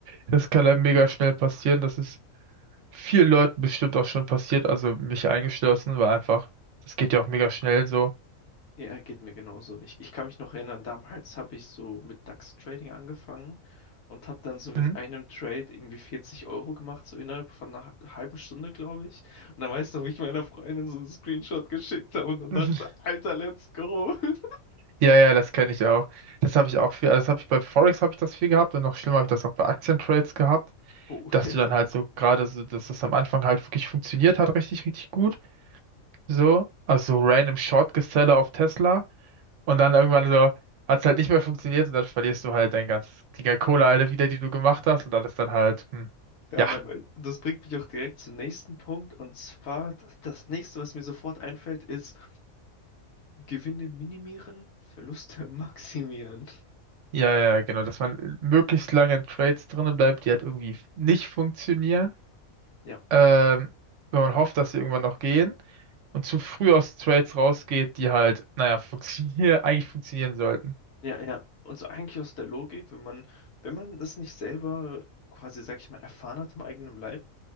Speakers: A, on the right; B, on the left.
A: das kann einem mega schnell passieren. Das ist vielen Leuten bestimmt auch schon passiert, also mich eingeschlossen, weil einfach, das geht ja auch mega schnell so.
B: Ja, geht mir genauso. Ich, ich kann mich noch erinnern, damals habe ich so mit DAX Trading angefangen und habe dann so mit
A: Mhm.
B: einem Trade irgendwie 40 Euro gemacht, so innerhalb von einer halben Stunde, glaube ich. Und dann weiß noch, wie ich meiner Freundin so einen Screenshot geschickt habe und dann
A: <laughs>
B: dachte, Alter, let's go. <laughs>
A: Ja, ja, das kenne ich auch. Das habe ich auch viel, also das habe ich bei Forex habe ich das viel gehabt und noch schlimmer habe ich das auch bei Aktientrades gehabt,
B: Oh.
A: dass du dann halt so gerade so, dass das am Anfang halt wirklich funktioniert hat, richtig, richtig gut. So, also so random Short Geseller auf Tesla. Und dann irgendwann so, hat es halt nicht mehr funktioniert und dann verlierst du halt dein ganz, die ganze Kohle alle wieder, die du gemacht hast und dann ist dann halt, hm,
B: Ja,
A: ja,
B: man weiß. Und Das bringt mich auch direkt zum nächsten Punkt. Und zwar, das, das nächste, was mir sofort einfällt, ist Gewinne minimieren, Verluste maximieren.
A: ja, ja, genau, dass man möglichst lange in Trades drinne bleibt, die halt irgendwie nicht funktionieren,
B: Ja,
A: ähm, wenn man hofft, dass sie irgendwann noch gehen und zu früh aus Trades rausgeht, die halt, naja, funktionieren, <laughs> eigentlich funktionieren sollten.
B: Ja, ja. Und so eigentlich aus der Logik, wenn man, wenn man das nicht selber quasi, sag ich mal, erfahren hat im eigenen Leib,